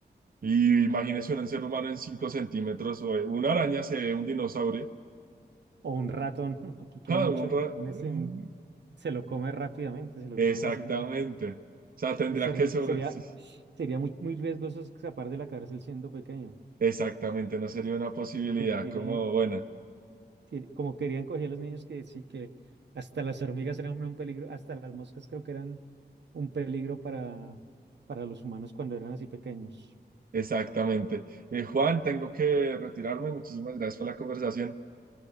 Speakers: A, on the right (about 55°); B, on the right (about 85°).
A: Y imagínese un ser humano en 5 centímetros, o una araña se ve un dinosaurio.
B: O un ratón, <laughs> aquí que
A: ¡Ja!
B: hay muchos
A: un ra-
B: ratones,
A: mm,
B: en- se lo come rápidamente, se lo
A: Exactamente.
B: come fácilmente.
A: O sea, tendría
B: Se
A: que
B: re-
A: sobre...
B: sería
A: sí,
B: sería muy, muy riesgoso escapar de la cárcel siendo pequeño,
A: Exactamente, no sería una posibilidad
B: porque tiene,
A: como buena.
B: que- como querían coger a los niños que sí, que hasta las hormigas eran un peligro, hasta las moscas creo que eran un peligro para, para los humanos cuando eran así pequeños.
A: Exactamente. Eh, Juan, tengo que retirarme. Muchísimas gracias por la conversación.